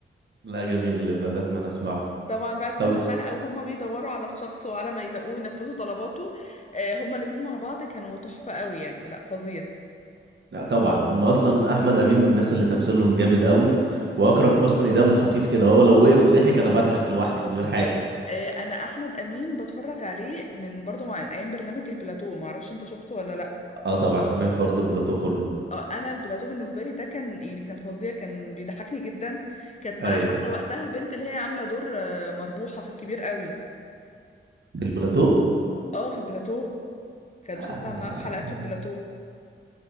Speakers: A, on the right; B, on the left.
A: لا جميل يبقى لازم أنا اسمعه
B: طبعا بقى كل
A: طب
B: حلقه وهم بيدوروا على الشخص وعلى ما يلاقوه ينفذوا طلباته آه، هما الاتنين مع بعض كانوا تحفه قوي يعني لا فظيع
A: لا طبعا هم اصلا احمد امين من الناس اللي تمثيلهم جامد قوي واكرم حسني دمه خفيف كده هو لو وقف وضحك انا بضحك لوحدي من غير حاجة
B: آه، انا احمد امين بتفرج عليه من برضه مع من ايام برنامج البلاتو ما اعرفش انت شفته ولا لا
A: اه طبعا سمعت برضو البلاتو كله
B: آه، انا البلاتو بالنسبه لي ده كان يعني كان فظيع كان بيضحكني جدا كانت معاه
A: ايوه
B: حتى وقتها البنت اللي هي عامله دور آه، مربوحه في الكبير قوي
A: في البلاتو
B: اه في البلاتو كانت
A: آه.
B: بتطلع معاه في حلقات في البلاتو